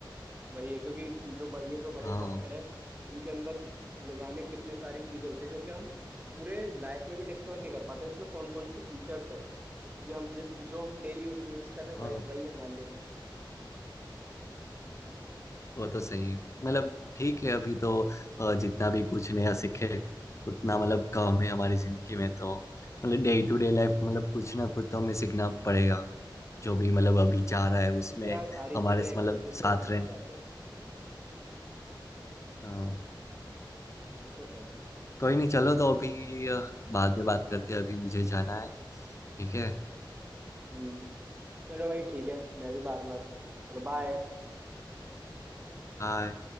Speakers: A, on the right (about 20°); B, on the left (about 35°).
A: वही है क्योंकि जो ब, ये जो बड़े
B: हाँ
A: सॉफ्टवेयर है इनके अंदर न जाने कितनी सारी चीजें होती है जो कि हम पूरे लाइफ में भी डिस्कवर नहीं कर पाते इसमें कौन कौन से फीचर्स हैं क्योंकि हम जि, जो हम डेली यूज में यूज कर रहे हैं
B: हाँ
A: वही वही हमारे लिए तो
B: वो तो सही है मतलब ठीक है अभी तो अ, जितना भी कुछ नया सीखे उतना मतलब कम है हमारी जिंदगी में तो मतलब डे टू डे लाइफ मतलब कुछ ना कुछ तो हमें सीखना पड़ेगा जो भी मतलब
A: और क्या
B: अभी जा रहा है
A: बाकी
B: उसमें
A: तो यार सारी
B: हमारे
A: चीजें
B: स-
A: एक्सपीरियंस
B: मतलब
A: से
B: साथ
A: सीख
B: रहना
A: ही जाते हैं
B: हाँ
A: ये तो है
B: कोई नहीं चलो तो अभी अ, बाद में बात करते हैं अभी मुझे जाना है ठीक है
A: हम्म चलो भाई ठीक है मैं भी बाद में बात करता हूँ चलो बाय
B: हाँ